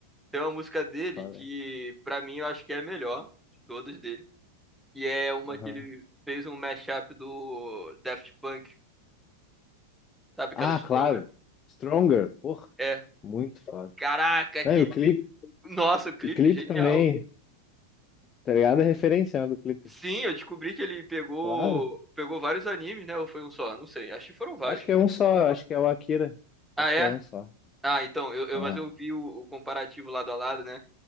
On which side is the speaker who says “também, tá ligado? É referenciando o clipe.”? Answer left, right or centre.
Left